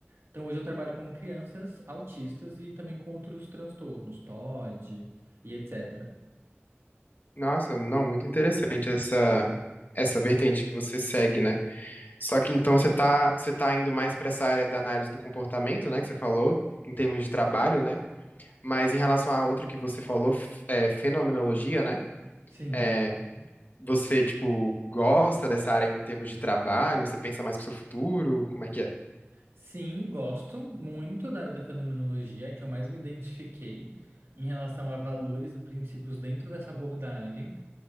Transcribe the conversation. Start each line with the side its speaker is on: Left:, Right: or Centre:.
Right: Então, hoje eu trabalho com crianças autistas e também com outros transtornos, TOD e etc.
Left: Nossa, não, muito interessante essa essa vertente que você segue, né? Só que então você tá, você tá indo mais para essa área da análise do comportamento, né, que você falou, em termos de trabalho, né? Mas em relação à outra que você falou, f- é, fenomenologia, né?
Right: Sim.
Left: É, Você, tipo, gosta dessa área ainda em termos de trabalho? Você pensa mais pro seu futuro? Como é que é?
Right: Sim, gosto muito da área da fenomenologia, é que eu mais me identifiquei em relação a valores e princípios dentro dessa abordagem.